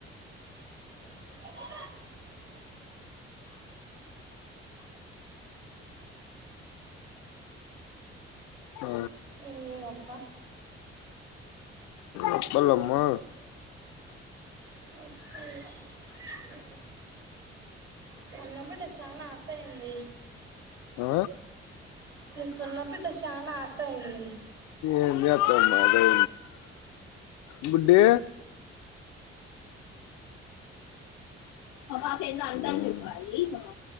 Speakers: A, on the right (about 40°); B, on the left (about 65°).
A: పెట్టకు
B: ఆ
A: ఇంగేందప్ప
B: అప్పలమ్మా
A: చెప్పాలి. ఇగ సన్న బిడ్డ శాన అత్తి అయింది.
B: ఆ
A: నీ సన్న బిడ్డ శాన అత్తి అయ్యింది.
B: ఏం చేత్తం మరీ బుడ్డీ ఆ <unintelligible> అంత చెప్పాలి. ఇక